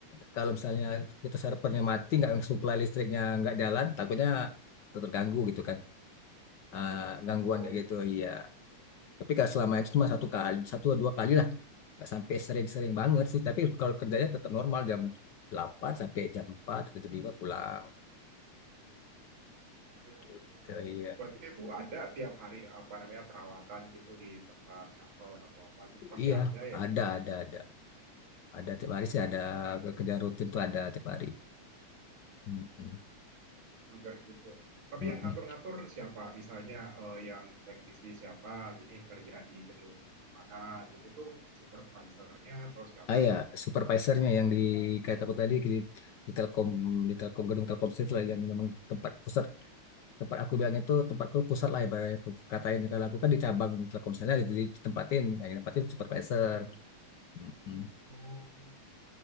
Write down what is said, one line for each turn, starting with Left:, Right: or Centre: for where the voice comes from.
Left: kalau misalnya kita servernya mati nggak supply listriknya nggak jalan takutnya terganggu gitu kan. eh,
Right: Hmm,
Left: gangguan
Right: oh
Left: kayak
Right: iya
Left: gitu
Right: iya.
Left: iya tapi kalau selama itu cuma satu kali satu atau dua kali lah nggak sampai sering-sering banget sih tapi kalau kerjanya tetap normal jam delapan sampai jam 4 tiba-tiba pulang
Right: oke oke
Left: gitu iya
Right: Berarti itu ada tiap hari apa namanya perawatan gitu di tempat kantor atau apa gitu pasti
Left: iya
Right: ada ya
Left: ada ada ada ada tiap hari sih ada kerjaan rutin tuh ada tiap hari Mm-mm.
Right: juga gitu. Tapi
Left: Mm-mm.
Right: yang ngatur-ngatur siapa? Misalnya eh, yang teknisi siapa, gini kerja di gedung mana gitu itu supervisornya atau siapa
Left: Ah
Right: yang
Left: ya,
Right: ngatur?
Left: supervisornya yang di kata aku tadi di, di Telkom di Telkom gedung Telkomsel itu lah yang memang tempat pusat tempat aku bilangnya tuh tempatku pusat lah ibaratnya aku katanya kalau aku kan di cabang Telkomselnya di, di- ditempatin nah, ditempatin supervisor
Right: Mm-mm.
Left: Mm-mm.
Right: Oh.